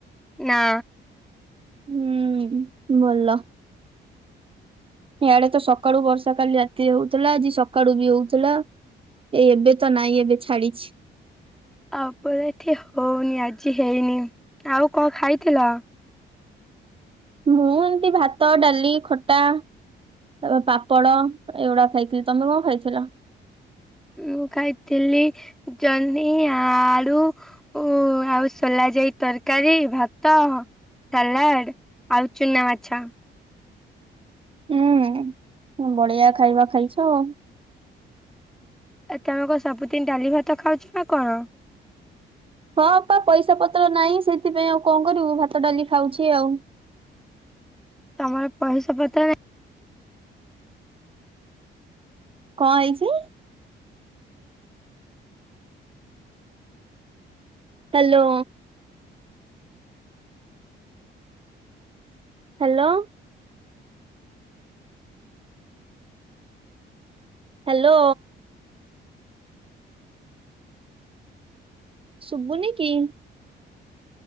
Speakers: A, in the centre; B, on the right.
A: ନା
B: ହୁଁ ଭଲ। ଇଆଡେ ତ ସକାଳୁ ବର୍ଷା କାଲି ରା ତି ହୋଉଥିଲା ଆଜି ସକାଳୁ ବି ହୋଉଥିଲା ଏଇ ଏବେ ତ ନାଇଁ ଏବେ ଛାଡିଛି।
A: ଆମର ଏଠି ହୋଉନି ଆଜି ହେଇନି ଆଉ କଣ ଖାଇଥିଲ?
B: ମୁଁ ଏମିତି ଭାତ ଡାଲି ଖଟା। ତାପ ପାପଡ଼ ଏଇଗୁଡା ଖାଇଥିଲି ତମେ କଣ ଖାଇଥିଲ?
A: ମୁଁ ଖାଇଥିଲି ଜହ୍ନି ଆଳୁ ଓ ଆଉ ସୋଲା ଯାଇ ତରକାରୀ ଭାତ। ସାଲାଡ ଆଉ ଚୁନା ମାଛ।
B: ହୁଁ ବଢ଼ୀଆ ଖାଇବା ଖାଇଛ ଆଉ।
A: ଆଉ ତମେ କଣ ସବୁଦିନ ଡାଲି ଭାତ ଖାଉଛନା କଣ?
B: ହଁପା ପଇସା ପତ୍ର ନାହିଁ ସେଥିପାଇଁ ଆଉ କଣ କରିବୁ ଭାତ ଡାଲି ଖାଉଛି ଆଉ।
A: ତମର ପଇସା ପତ୍ର ନା
B: କଣ ହେଇଚି? ହ୍ୟାଲୋ। ହ୍ୟାଲୋ। ହ୍ୟାଲୋ। ଶୁବୁନିକି?